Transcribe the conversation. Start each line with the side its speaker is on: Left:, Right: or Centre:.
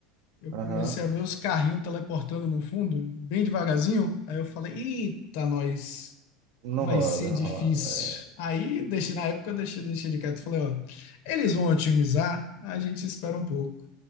Left: eu
Right: Aham,
Left: comecei a ver os carrinhos teleportando no fundo, bem devagarzinho. Aí eu falei, eita, nós,
Right: Não
Left: que vai
Right: roda,
Left: ser
Right: não
Left: difícil.
Right: roda. É.
Left: Aí, deixei, na época, eu deixei, deixei de quieto. Falei, ó, eles vão otimizar, a gente espera um pouco.